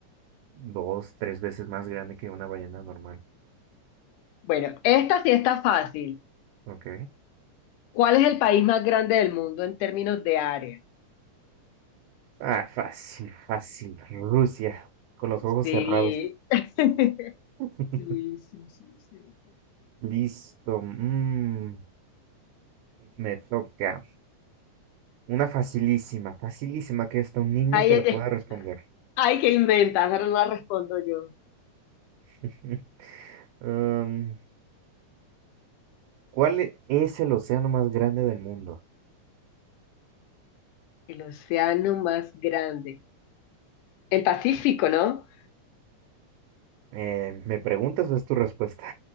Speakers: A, on the right; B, on the left.
A: dos, tres veces más grande que una ballena normal.
B: Bueno, esta sí está fácil.
A: Ok.
B: ¿Cuál es el país más grande del mundo en términos de área?
A: Ah, fácil, fácil. Rusia, con los ojos
B: Sí.
A: cerrados.
B: <laughs>
A: <laughs>
B: Sí, sí, sí, sí.
A: Listo. mm, me toca. Una facilísima, facilísima que hasta un niño
B: Ahí
A: te la pueda responder.
B: Ay, ¿qué inventas? Ahora no respondo yo.
A: <laughs> Am, ¿Cuál e- es el océano más grande del mundo?
B: El océano más grande. El Pacífico, ¿no?
A: Eh, ¿me preguntas o es tu respuesta?